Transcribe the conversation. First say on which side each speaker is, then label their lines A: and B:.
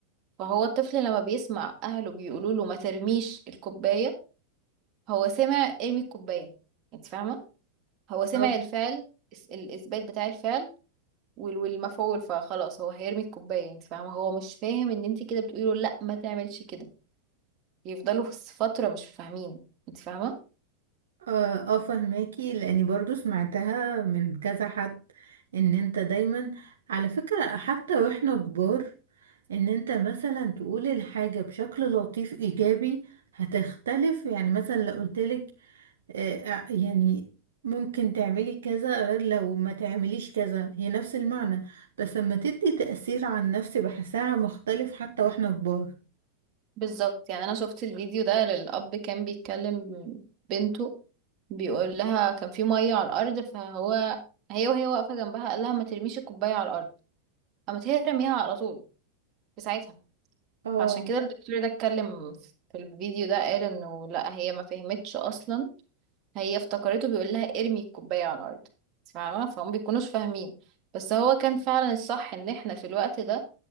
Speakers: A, on the right; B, on the right.
A: فهو الطفل لما بيسمع اهله بيقولوا له ما ترميش الكوبايه هو سمع ارمي الكوبايه انت فاهمه هو سمع
B: اه
A: الفعل الس- الاثبات بتاع الفعل وال- والمفعول فخلاص هو هيرمي الكوبايه انت فاهمه هو مش فاهم ان انت كده بتقولي له لا ما تعملش كده يفضلوا في فتره مش فاهمين انت فاهمه
B: اه آه، فهماكي لاني برضو سمعتها من كذا حد ان انت دايما على فكرة حتى واحنا كبار ان انت مثلا تقول الحاجة بشكل لطيف ايجابي هتختلف يعني مثلا لو قلتلك آه، آه، يعني ممكن تعملي كذا غير لو ما تعمليش كذا هي نفس المعنى بس لما تدي تأثير عن نفسي بحسها مختلف حتى واحنا كبار
A: بالظبط يعني انا شفت الفيديو ده للاب كان بيتكلم بنته بيقول لها كان في ميه على الارض فهو هي وهي واقفه جنبها قال لها ما ترميش الكوبايه على الارض قامت هي رميها على طول في ساعتها
B: اه
A: فعشان كده الدكتور ده اتكلم في الفيديو ده قال انه لا هي ما فهمتش اصلا هي افتكرته بيقول لها ارمي الكوبايه على الارض فاهمه فهم بيكونوش فاهمين بس هو كان فعلا الصح ان احنا في الوقت ده